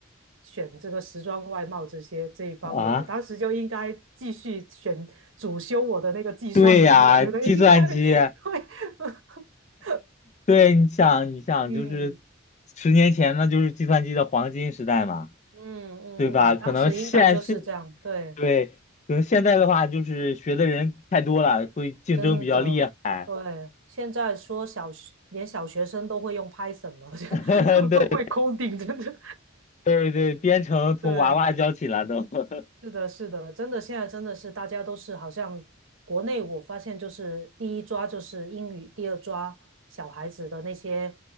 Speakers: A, on the right (about 65°); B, on the left (about 35°).
A: 选这个时装、外贸这些这一方面？
B: 啊，
A: 我当时就应该继续选主修我的那个计算机，
B: 对呀，
A: 我觉得应该
B: 计算机，
A: <laughs> 对，<laughs>
B: 对，你想，你想，
A: 嗯
B: 就是十年前那就是计算机的黄金时代嘛，
A: 嗯嗯嗯，
B: 对吧？可能现现
A: 当时应该就是这样，对，
B: 对，可能现在的话就是学的人太多了，会竞争比较厉害。
A: 真的，对，现在说小学连小学生都会用 Python 了，
B: <laughs>
A: <laughs> 都都会
B: 对
A: coding，真的。
B: 对对，编程从娃娃教起了都。
A: 对，
B: <laughs>
A: 是的，是的，真的，现在真的是大家都是好像国内，我发现就是第一抓就是英语，第二抓小孩子的那些